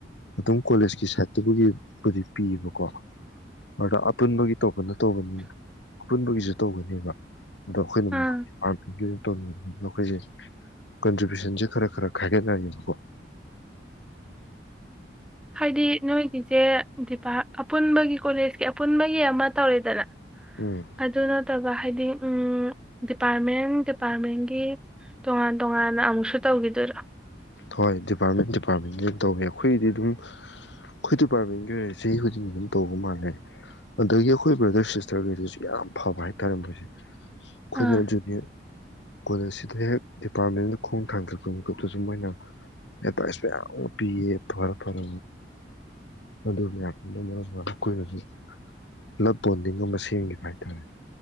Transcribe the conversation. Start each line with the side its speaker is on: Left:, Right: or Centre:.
Left: ꯑꯗꯨꯝ ꯀꯣꯂꯦꯖꯀꯤ ꯁꯥꯏꯠꯇꯕꯨꯒꯤ ꯄꯤꯌꯦꯕꯀꯣ ꯑꯗꯨꯗ ꯑꯄꯨꯟꯕꯒꯤ ꯇꯣꯄꯟꯅ ꯇꯧꯒꯅꯤ ꯑꯄꯨꯟꯕꯒꯤꯁꯨ ꯇꯧꯒꯅꯦꯕ ꯑꯗꯣ ꯑꯩꯈꯣꯏꯅ
Centre: ꯑꯥ
Left: ꯃꯈꯣꯏꯒꯤ ꯃꯔꯛꯇꯒꯤ ꯑꯃꯨꯛ ꯇꯧꯅꯤꯡꯕ ꯃꯈꯣꯏꯖꯦ ꯀꯟꯇ꯭ꯔꯤꯕ꯭ꯌꯨꯁꯟꯁꯦ ꯈꯔ ꯈꯔ ꯈꯥꯏꯒꯠꯅꯌꯦꯕꯀꯣ
Centre: ꯍꯥꯏꯗꯤ ꯅꯣꯏꯒꯤꯖꯦ ꯑꯄꯨꯟꯕꯒꯤ ꯀꯣꯂꯦꯖꯀꯤ ꯑꯄꯨꯟꯕꯒꯤ ꯑꯃ ꯇꯧꯔꯦꯗꯅ
Left: ꯎꯝ
Centre: ꯑꯗꯨ ꯅꯠꯇꯕꯥ ꯍꯥꯏꯗꯤ ꯎꯝ ꯗꯤꯄꯥꯔꯠꯃꯦꯟ ꯗꯤꯄꯥꯔꯠꯃꯦꯟꯒꯤ ꯇꯣꯉꯥꯟ ꯇꯣꯉꯥꯟꯅ ꯑꯃꯨꯛꯁꯨ ꯇꯧꯈꯤꯗꯣꯏꯔꯥ
Left: ꯍꯣꯏ ꯗꯤꯄꯥꯔꯠꯃꯦꯟ ꯗꯤꯄꯥꯔꯠꯃꯦꯟꯒꯤ ꯑꯗꯨꯝ ꯇꯧꯋꯦ ꯑꯩꯈꯣꯏꯒꯤꯗꯤ ꯑꯗꯨꯝ ꯑꯩꯈꯣꯏ ꯗꯤꯄꯥꯔꯠꯃꯦꯟꯒꯤ ꯑꯣꯏꯔꯗꯤ ꯆꯍꯤ ꯈꯨꯗꯤꯡꯒꯤ ꯑꯗꯨꯝ ꯇꯧꯕ ꯃꯥꯜꯂꯦ ꯑꯗꯒꯤ ꯑꯩꯈꯣꯏ ꯕ꯭ꯔꯗꯔ ꯁꯤꯁꯇꯔꯈꯩꯗꯨꯁꯨ ꯌꯥꯝ ꯐꯕ ꯍꯥꯏꯇꯥꯥꯔꯦ ꯃꯣꯏꯁꯦ ꯈꯣꯏꯅꯥ
Centre: ꯑꯥ
Left: ꯖꯨꯅꯤꯌꯔ ꯀꯣꯂꯖ ꯑꯁꯤꯗ ꯍꯦꯛ ꯗꯤꯄꯥꯔꯠꯃꯦꯟꯗ ꯈꯣꯡ ꯊꯥꯡꯖꯤꯂꯛꯄꯒꯤ ꯃꯤꯀꯨꯞꯇꯨꯁꯨ ꯃꯣꯏꯅ ꯑꯦꯗꯚꯥꯏꯁ ꯃꯌꯥꯝ ꯑꯃ ꯄꯤꯌꯦ ꯐꯔ ꯐꯔ ꯑꯗꯨ ꯃꯌꯥꯝꯗꯨꯅ ꯃꯔꯝ ꯑꯣꯏꯔꯒ ꯑꯩꯈꯣꯏꯅꯁꯨ ꯂꯞ ꯕꯣꯟꯗꯤꯡ ꯑꯃ ꯁꯦꯝꯈꯤꯕ ꯍꯥꯏꯇꯥꯔꯦ